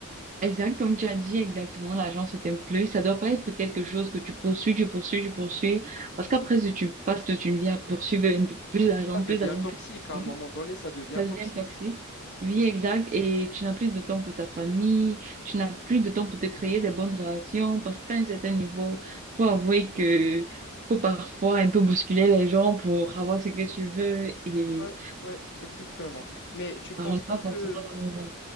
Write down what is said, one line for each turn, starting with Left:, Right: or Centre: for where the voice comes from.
Right: Exact, comme tu as dit exactement, l'argent c'est un plus. Ça doit pas être quelque chose que tu poursuis, tu poursuis, tu poursuis. Parce qu'après, si tu passes toute une vie à poursuivre un peu plus d'argent,
Left: Ça devient
Right: plus d'argent,
Left: toxique,
Right: plus
Left: à un
Right: d'argent,
Left: moment donné, ça devient
Right: ça devient
Left: toxique.
Right: toxique. Oui, exact. Et tu n'as plus de temps pour ta famille, tu n'as plus de temps pour te créer des bonnes relations. Parce qu'à un certain niveau, faut avouer que faut parfois un peu bousculer les gens pour avoir ce que tu veux et
Left: Ouais, ouais, exactement. Mais tu penses
Right: ça rentre
Left: pas
Right: pas
Left: que
Right: forcément dans nos valeurs.